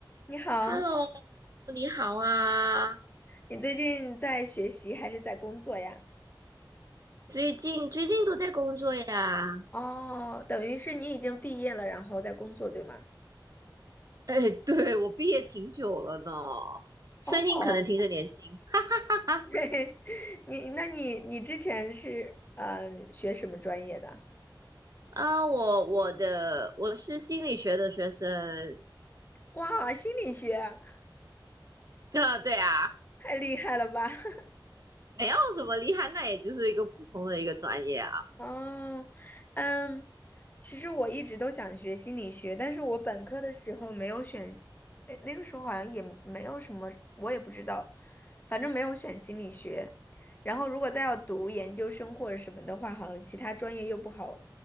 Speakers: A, on the left; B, on the right.
A: 你好，
B: Hello，你好啊！
A: 你最近在学习还是在工作呀？
B: 最近最近都在工作呀？
A: 哦，等于是你已经毕业了，然后在工作，对吗？
B: 哎，对，我毕业挺久了呢，声音可能听着年轻
A: 哦，
B: <laughs>
A: <laughs> 嘿你那你你之前是呃学什么专业的？
B: 啊。我我的我是心理学的学生
A: 哇，心理学，
B: 啊，对啊，
A: 太厉害了吧！<laughs>
B: 没有什么厉害，那也就是一个普通的一个专业啊。
A: 哦，嗯，其实我一直都想学心理学，但是我本科的时候没有选，哎，那个时候好像也没有什么，我也不知道，反正没有选心理学。然后如果再要读研究生或者什么的话，好像其他专业又不好